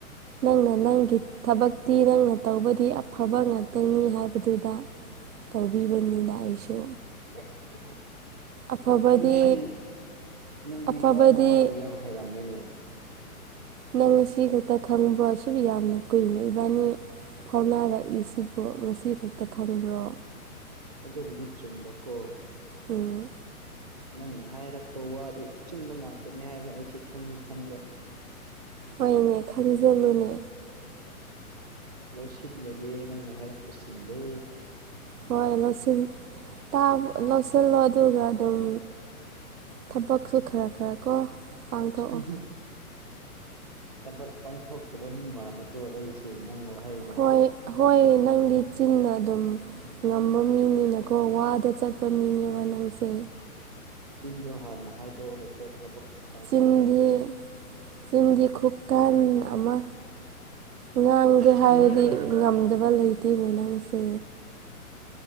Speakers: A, on the right; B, on the right.
A: ꯅꯪꯅ ꯅꯪꯒꯤ ꯊꯕꯛꯇꯤ ꯅꯪꯅ ꯇꯧꯕꯗꯤ ꯑꯐꯕ ꯉꯥꯛꯇꯅꯤ ꯍꯥꯏꯕꯗꯨꯗ ꯇꯧꯕꯤꯕꯅꯤꯗ ꯑꯩꯁꯨ
B: <unintelligible>
A: ꯑꯐꯕꯗꯤ
B: ꯅꯪꯗꯤ ꯅꯪꯗꯤ
A: ꯑꯐꯕꯗꯤ
B: ꯋꯥ ꯉꯥꯡꯕ ꯌꯥꯝ ꯍꯩꯔꯝꯃꯦꯅꯦ
A: ꯅꯪ ꯉꯁꯤ ꯈꯛꯇ ꯈꯪꯕ꯭ꯔꯣ ꯁꯨ ꯌꯥꯝꯅ ꯀꯨꯏꯅ ꯏꯕꯥꯅꯤ ꯐꯥꯎꯅꯔꯛꯏꯁꯤꯕꯨ ꯉꯁꯤ ꯈꯛꯇ ꯈꯪꯕ꯭ꯔꯣ
B: ꯑꯗꯨꯕꯨꯗꯤ ꯆꯨꯝꯕꯀꯣ
A: ꯎꯝ
B: ꯅꯪꯅ ꯍꯥꯏꯔꯛꯄ ꯋꯥꯗꯤ ꯑꯆꯨꯝꯕ ꯉꯥꯛꯇꯅꯤ ꯍꯥꯏꯕ ꯑꯩꯁꯨ ꯈꯪꯗꯤ ꯈꯪꯕ
A: ꯍꯣꯏꯅꯦ ꯈꯪꯖꯜꯂꯨꯅꯦ
B: ꯂꯧꯁꯤꯟꯖꯒꯦ ꯅꯪꯅ ꯍꯥꯏꯔꯛꯄꯁꯤꯡꯗꯣ
A: ꯍꯣꯏ ꯂꯧꯁꯤꯜ ꯇꯥꯕ ꯂꯧꯁꯤꯜꯂꯣ ꯑꯗꯨꯒ ꯑꯗꯨꯝ ꯊꯕꯛꯁꯨ ꯈꯔ ꯈꯔ ꯀꯣ ꯄꯥꯡꯊꯣꯛꯑꯣ
B: <unintelligible> ꯊꯕꯛ ꯄꯥꯡꯊꯣꯛꯇꯕ ꯃꯤ ꯃꯥꯜꯂꯦꯀꯣ ꯑꯩꯁꯦ ꯅꯪ ꯋꯥꯍꯩꯗꯣ
A: ꯍꯣꯏ ꯍꯣꯏ ꯅꯪꯗꯤ ꯆꯤꯟꯅ ꯑꯗꯨꯝ ꯉꯝꯕ ꯃꯤꯅꯤꯅꯀꯣ ꯋꯥꯗ ꯆꯠꯄ ꯃꯤꯅꯦꯕ ꯅꯪꯁꯦ
B: ꯆꯤꯟꯗꯣ ꯍꯥꯟꯅ ꯍꯥꯏꯗꯣꯛꯑꯒꯀꯣ ꯊꯕꯛꯇꯥ
A: ꯆꯤꯟꯗꯤ
B: ꯇꯧꯊꯣꯔꯛꯄꯅꯦ
A: ꯆꯤꯟꯗꯤ ꯈꯨꯀꯟ ꯑꯃ ꯉꯥꯡꯒꯦ
B: ꯀꯟꯔꯣꯏ
A: ꯍꯥꯏꯔꯗꯤ ꯉꯝꯗꯕ ꯂꯩꯇꯦꯅꯦ ꯅꯪꯁꯦ